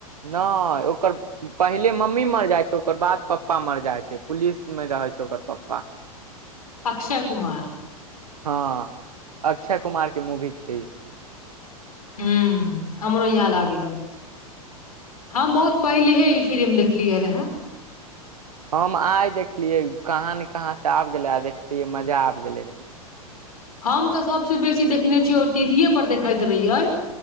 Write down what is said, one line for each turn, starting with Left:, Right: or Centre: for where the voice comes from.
Right: नहि ओकर पहिले मम्मी मर जाइ छै ओकर बाद पप्पा मर जाइ छै, पुलिसमे रहै छै ओकर पप्पा।
Left: अक्षय कुमार।
Right: हँ, अक्षय कुमार के मूवी छै ई।
Left: ह हमरो याद आ गेलौ। हम बहुत पहिलेहे ई फिलि्म देखलियै रहे।
Right: हम आइ देखलियै, कहाँ ने कहाँसे आबि गेलै आ देखलियै मजा आबि गेलै रहै।
Left: हम तऽ सबसे बेसी देखने छियै आ टीवीए पर देखैत रहियै।